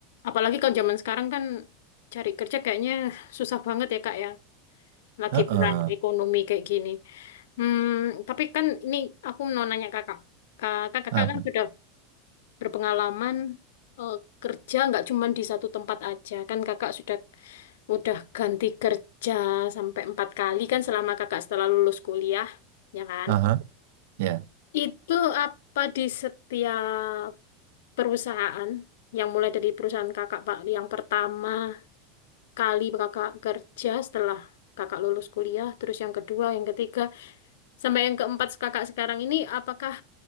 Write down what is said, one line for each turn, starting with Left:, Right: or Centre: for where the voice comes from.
Left: Apalagi kalau zaman sekarang kan cari kerja kayaknya susah banget ya, Kak ya. Lagi
Right: Heeh.
Left: perang ekonomi kayak gini. Hmm, tapi kan ini aku mau nanya Kakak. Kakak, kakak
Right: Apa?
Left: kan sudah berpengalaman eh, kerja nggak cuma di satu tempat aja. Kan kakak sudah udah ganti kerja sampai empat kali kan selama kakak setelah lulus kuliah, ya kan?
Right: Aha, Ya,
Left: Itu apa di setiap perusahaan yang mulai dari perusahaan kakak Pak yang pertama kali kakak kerja setelah kakak lulus kuliah, terus yang kedua, yang ketiga, sampai yang keempat kakak sekarang ini, apakah